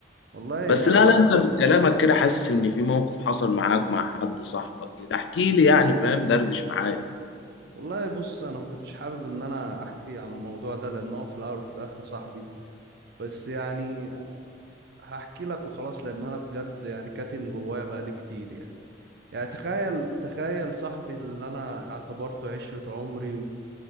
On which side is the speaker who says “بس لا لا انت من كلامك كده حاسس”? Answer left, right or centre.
Left